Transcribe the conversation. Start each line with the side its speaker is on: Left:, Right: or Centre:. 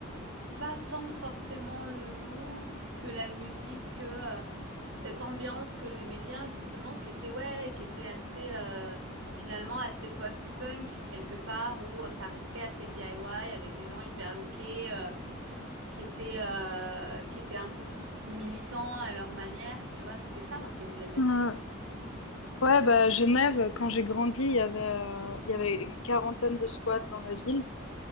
Right: pas tant forcément le look que la musique que euh, cette ambiance que j'aimais bien justement qui était ouais qui était assez euh, finalement assez post-punk quelque part où euh, ça restait assez DIY avec des gens hyper lookés euh, qui étaient euh, qui étaient un peu tous militants à leur manière tu vois c'était ça moi qui me plaisait.
Left: Ouais. Ouais, bah, à Genève, quand j'ai grandi, il y avait, euh, il y avait une quarantaine de squats dans la ville.